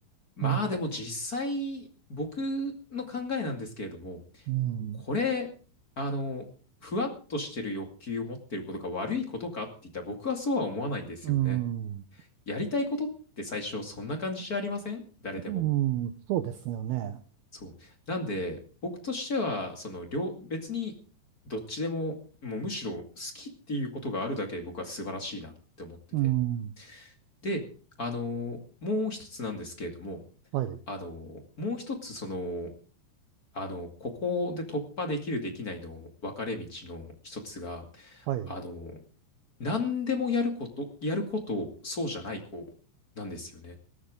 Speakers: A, on the left (about 30°); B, on the right (about 75°).
A: まあでも実際、
B: うん、
A: 僕の考えなんですけれども、
B: うん、
A: これ、あの、ふわっとしてる欲求を持ってることが悪いことかって言ったら僕はそうは思わないんですよね。
B: うん、
A: やりたいことって最初そんな感じじゃありません誰でも。
B: うんそうですよね。
A: そう。なんで、僕としては、その両、別にどっちでも、もうむしろ好きっていうことがあるだけで僕は素晴らしいなって思ってて。
B: うん、
A: で、あの、もう一つなんですけれども、
B: はい、
A: あの、もう一つその、あの、ここで突破できるできないの分かれ道の一つが、
B: はい。
A: あの、何でもやること、やることそうじゃない子なんですよね。